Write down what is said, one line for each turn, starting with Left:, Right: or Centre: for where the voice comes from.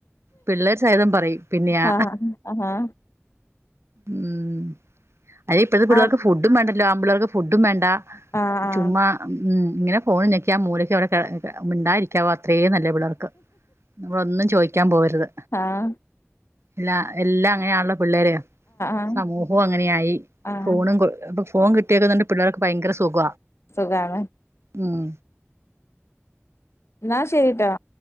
Right: പിള്ളേർ സഹിതം പറയും. പിന്നെയാ.
Left: ആഹ് ആഹ്
Right: ഉം. അയിനിപ്പഴത്തെ പിള്ളേർക്ക്
Left: ആഹ്
Right: ഫുഡ്‌. ഫുഡും വേണ്ടല്ലോ, ആമ്പിള്ളേർക്ക് ഫുഡും വേണ്ടാ.
Left: ആഹ്
Right: ചുമ്മാ - ഉം. ഇങ്ങനെ ഫോണും ഞക്കി ആ മൂലക്ക അവിടെ മിണ്ടായിരിക്കാവോ? അത്രേ നല്ല പിള്ളേർക്ക്. നമ്മളൊന്നും ചോയ്ക്കാൻ പോകരുത്.
Left: ആഹ.
Right: ഇല്ല, എല്ലാം അങ്ങനെയാണെല്ലോ പിള്ളേര്.
Left: ആഹ്
Right: സമൂഹവും അങ്ങനെയായി
Left: ആഹ്
Right: ഫോണും- ഫോൺ കിട്ടിയേക്കുന്നതി പിള്ളേർക്ക് ഭയങ്കര സുഖ.
Left: സുഖണ്.
Right: ഉം.
Left: ന്നാ ശരിട്ടോ.